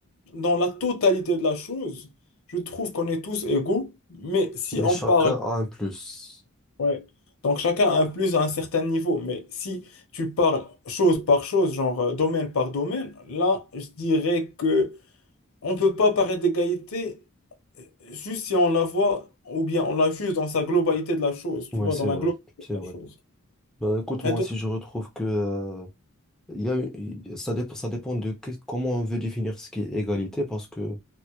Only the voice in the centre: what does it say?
Mais
chacun
a un plus.
Oui,
c'est
vrai,
c'est
vrai.
Ben, écoute, moi
aussi, je retrouve que, euh, il y a, une- ça dépend, ça dépend de qu'est- comment on veut définir ce qui est égalité, parce que,